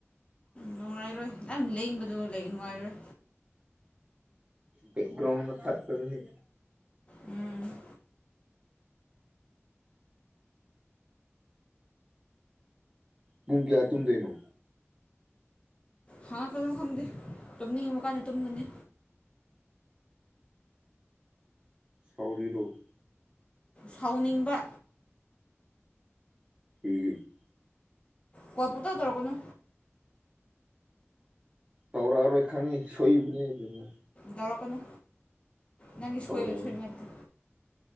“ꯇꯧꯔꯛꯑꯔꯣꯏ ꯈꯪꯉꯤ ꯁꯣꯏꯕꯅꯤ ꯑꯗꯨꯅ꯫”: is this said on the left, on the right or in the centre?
Right